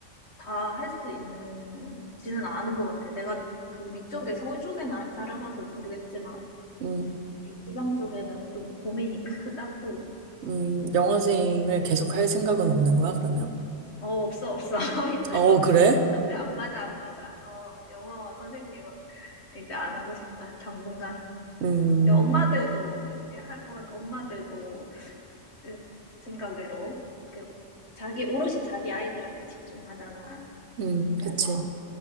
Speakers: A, on the left (about 65°); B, on the right (about 70°).
A: 다 할 수 있는지는 않은 것 같아. 내가 그 위쪽에 서울 쪽에는 안 살아봐서 모르겠지만
B: 음,
A: 이 지방 쪽에는 좀 고민이 크다고.
B: 음, 영어생을 계속 할 생각은 없는 거야, 그러면?
A: 어, 없어, 없어. <laughs> 힘들어.
B: 아, 어, 그래?
A: 안 돼, 안 맞아, 안 맞아. 어, 영어 선생님은 이제 안 하고 싶다. 당분간.
B: 음,
A: 이제 엄마들도 이렇게 하건 엄마들도 그 생각외로 그 자기 오롯이 자기 아이들한테 집중하잖아.
B: 음, 그치.
A: 그래서